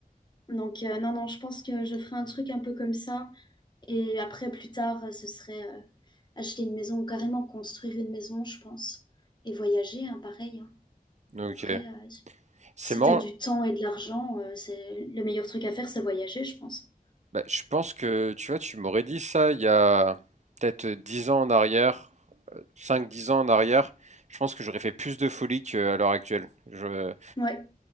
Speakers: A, on the left; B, on the right.
A: donc heu, non, non, je pense que je ferai un truc un peu comme ça et après plus tard, heu, ce serait, heu, acheter une maison ou carrément construire une maison, je pense et voyager, hein, pareil, hein.
B: Donc,
A: En vrai,
B: euh,
A: heu,
B: c'est
A: si
B: marrant.
A: t'as du temps et de l'argent, heu, c'est le meilleur truc à faire, c'est voyager, je pense.
B: Bah, je pense que, tu vois, tu m'aurais dit ça il y a peut-être 10 ans en arrière, cinq dix ans en arrière. Je pense que j'aurais fait plus de folie qu'à l'heure actuelle. Je,
A: Ouais.